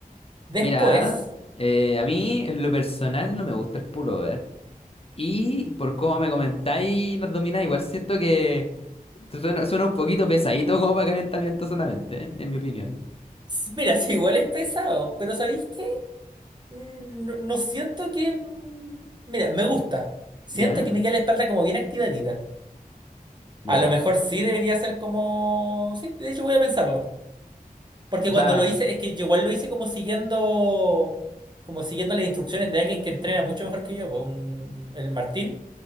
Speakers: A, on the right; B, on the left.
A: Después,
B: Mira, eh, a mí en lo personal no me gusta el pullover. Y por cómo me comentáis las dominadas, igual siento que suena, suena un poquito pesadito como para calentamiento solamente, ¿eh? en mi opinión.
A: s- mira, <laughs> si igual es pesado, pero ¿sabéis qué? Mm, No, no siento que... mm, Mira, me gusta. Siento
B: ¿Ya?
A: que me queda la espalda como bien activadita.
B: Ya.
A: A lo mejor sí debería ser como... Sí, de hecho voy a pensarlo. Porque
B: O
A: cuando
B: sea,
A: lo hice, es que yo igual lo hice como siguiendo, como siguiendo las instrucciones de alguien que entrena mucho mejor que yo, pues, un- el Martín.